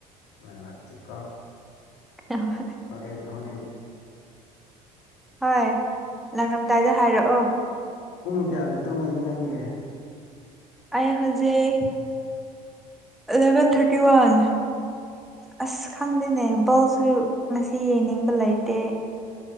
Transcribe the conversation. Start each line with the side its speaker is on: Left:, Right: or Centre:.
Left: ꯑꯣ ꯆꯀꯣ
Centre: ꯑ
Left: ꯍꯣꯔꯦꯟ ꯍꯣꯔꯦꯟ
Centre: ꯍꯣꯏ ꯂꯥꯡꯂꯝꯝꯗꯥꯏꯗ ꯍꯥꯏꯔꯛꯑꯣ
Left: ꯄꯨꯡ ꯀꯌꯥꯗ ꯇꯨꯡꯒꯅꯤ ꯅꯪꯗꯤ
Centre: I has a eleven thirty one ꯑꯁ ꯈꯪꯗꯦꯅꯦ ꯕꯜꯁꯨ ꯉꯁꯤ ꯌꯦꯡꯅꯤꯡꯕ ꯂꯩꯇꯦ